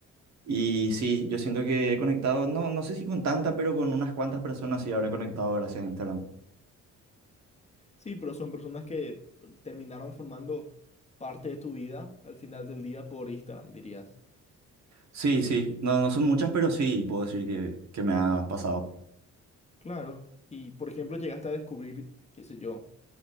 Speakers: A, on the right; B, on the left.
A: Y sí, yo siento que he conectado, no, no sé si con tanta, pero con unas cuantas personas sí habré conectado gracias a Instagram.
B: Sí, pero son personas que terminaron formando parte de tu vida al final del día por Instagram, dirías.
A: Sí, sí, no, no son muchas, pero sí puedo decir que, que me ha pasado.
B: Claro, y por ejemplo llegaste a descubrir, qué sé yo,